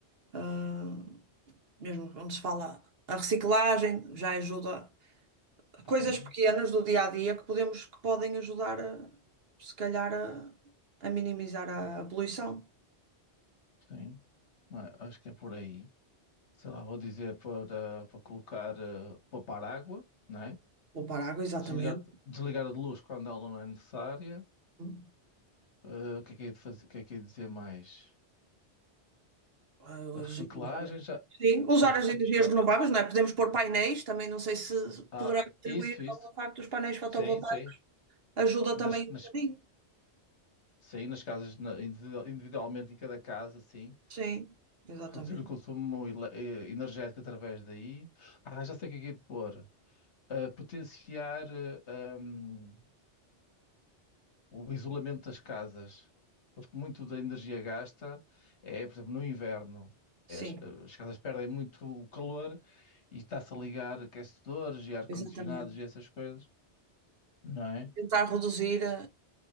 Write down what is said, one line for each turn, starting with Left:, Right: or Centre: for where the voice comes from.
Right: ah, mesmo onde se fala a reciclagem, já ajuda coisas
Left: Sim,
Right: pequenas do dia a dia que podemos, que podem ajudar a, se calhar a, a minimizar a, a poluição.
Left: sim. Ah, Acho que é por aí. sei lá, vou dizer para, para colocar, eh, poupar água, não é?
Right: Poupar água, exatamente.
Left: Desligar, desligar a luz quando ela não é necessária.
Right: Hum.
Left: Eh, o que é que é de fazer, o que é que é de dizer mais?
Right: Ah, us-
Left: A reciclagem
Right: usar-
Left: já,
Right: Sim, usar
Left: a recicla,
Right: as energias renováveis, não é? Podemos pôr painéis, também não sei se
Left: ah,
Right: poderá contribuir
Left: isso, isso,
Right: ao facto dos painéis fotovoltaicos,
Left: sim, sim,
Right: ajuda também
Left: nas, nas,
Right: um bocadinho.
Left: sim, nas casas, na- individual- individualmente em cada casa, sim.
Right: Sim, exatamente.
Left: Reduzir o consumo ele- eh, energético através daí. Ah, já sei o que é que é de pôr. Eh, potenciar, eh, hum, o isolamento das casas, porque muito da energia gasta é, por exemplo, no inverno,
Right: Sim,
Left: é as, as casas perdem muito o calor e está-se a ligar aquecedores e ar-condicionados
Right: exatamente.
Left: e essas coisas, não é?
Right: Tentar reduzir a